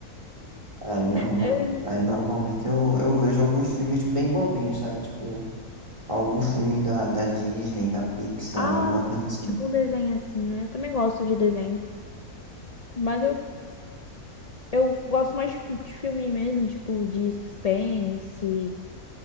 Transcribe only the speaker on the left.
É.
Ah,
tipo um desenho assim, né? Eu também gosto de desenho. Mas eu, eu gosto mais de de filme mesmo, tipo de suspense,